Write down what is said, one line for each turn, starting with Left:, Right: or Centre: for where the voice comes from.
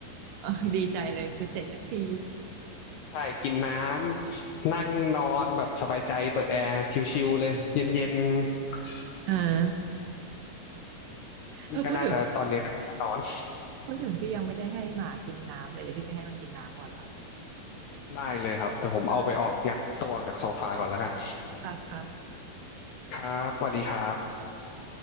Right: เออดีใจเลยคือเสร็จสักที
Left: ใช่กินน้ำนั่งนอนแบบสบายใจเปิดแอร์ชิลๆเลยเย็นๆ
Right: เออเออพูดถึง
Left: นี่ก็น่าจะตอนเนี้ยก็น่าจะนอน
Right: พูดถึงพี่ยังไม่ได้ให้หมากินน้ำเลยเดี๋ยวพี่ไปให้มันกินน้ำก่อนละ
Left: ได้เลยครับแต่ผมเอาไปออกงัดตัวออกจากโซฟาก่อนแล้วกัน
Right: ครับครับครั
Left: ครับสวัสดีครับ
Right: บ